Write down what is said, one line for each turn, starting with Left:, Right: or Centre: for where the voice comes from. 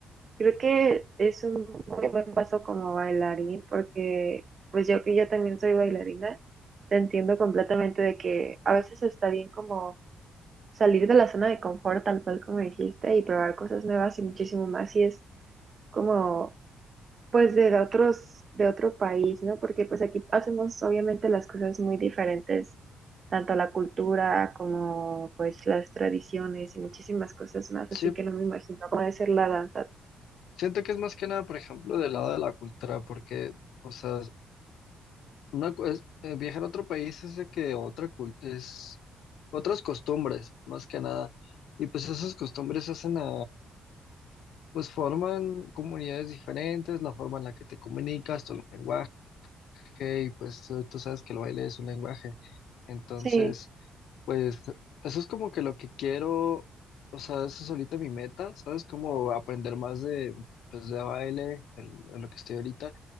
Right: creo que es un muy buen paso como bailarín porque, pues yo que yo también soy bailarina, te entiendo completamente de que a veces está bien como salir de la zona de confort, tal cual como dijiste, y probar cosas nuevas y muchísimo más, y es como, pues, de otros, de otro país, ¿no? Porque pues aquí hacemos obviamente las cosas muy diferentes, tanto la cultura como pues las tradiciones y muchísimas cosas más,
Left: Sí,
Right: así que no me imagino cómo debe ser la danza.
Left: Siento que es más que nada, por ejemplo, del lado de la cultura, porque, o sea, una, cu- es- eh, viajar a otro país es de que otra cul- es otras costumbres, más que nada. Y pues esas costumbres hacen a, pues forman comunidades diferentes, la forma en la que te comunicas, tu lenguaje ok, pues tú, tú sabes que el baile es un lenguaje. Entonces,
Right: Sí,
Left: pues eso es como que lo que quiero, o sea, eso es ahorita mi meta, ¿sabes? Como aprender más de, pues, de baile, en, en lo que estoy ahorita.